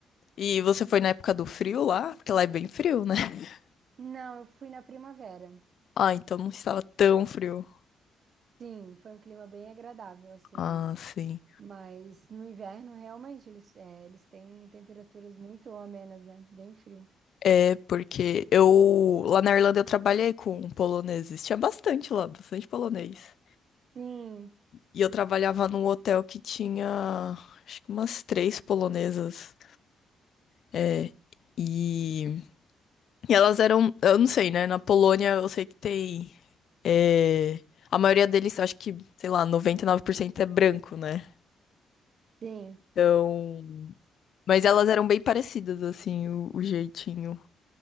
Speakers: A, on the left; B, on the right.
A: E você foi na época do frio lá? Porque lá é bem frio, né? <laughs>
B: Não, eu fui na primavera.
A: Ah, então não estava tão frio.
B: Sim, foi um clima bem agradável, assim,
A: Ah,
B: né?
A: sim.
B: Mas no inverno, realmente, eles, é, eles têm temperaturas muito amenas, né? Bem frio.
A: É, porque eu, lá na Irlanda eu trabalhei com poloneses. Tinha bastante lá, bastante polonês.
B: Sim,
A: E eu trabalhava num hotel que tinha, acho que umas três polonesas. É, e, e elas eram, eu não sei, né? Na Polônia eu sei que tem. é, a maioria deles, acho que, sei lá, 99% é branco, né?
B: sim.
A: Então. Mas elas eram bem parecidas, assim, o, o jeitinho.